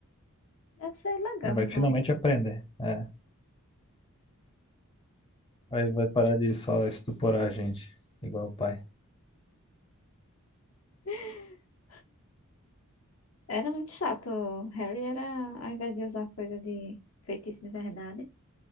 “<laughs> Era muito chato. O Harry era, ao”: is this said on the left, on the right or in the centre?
Left